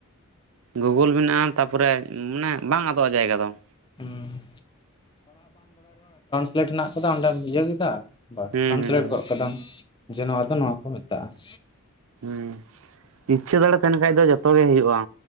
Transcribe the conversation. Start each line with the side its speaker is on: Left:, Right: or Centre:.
Right: ᱜᱩᱜᱩᱞ ᱢᱮᱱᱟᱜᱼᱟ ᱛᱟᱯᱚᱨᱮ ᱩᱢᱟᱱᱮ ᱵᱟᱝ ᱟᱫᱚᱜᱼᱟ ᱡᱟᱭᱜᱟ ᱫᱚ ᱾
Left: ᱦᱩᱸ ᱱᱮᱹᱴ ᱦᱮᱱᱟᱜ ᱟᱠᱟᱫᱟ ᱚᱸᱰᱮᱢ ᱤᱭᱟᱹ ᱠᱮᱫᱟ ᱵᱟᱥ,
Right: ᱦᱩᱸ
Left: ᱴᱨᱟᱱᱥᱞᱮᱹᱴ
Right: ᱦᱩᱸ
Left: ᱜᱚᱫ ᱠᱟᱫᱟᱢ ᱡᱮ ᱱᱚᱣᱟ ᱫᱚ ᱱᱚᱣᱟ ᱠᱚ ᱢᱮᱛᱟᱜᱼᱟ ᱾
Right: ᱦᱮᱸᱜ ᱦᱩᱸᱜ ᱛᱟᱦᱮᱱ ᱠᱷᱟᱡ ᱫᱚ ᱡᱚᱛᱚ ᱜᱮ ᱦᱳᱭᱳᱜᱼᱟ,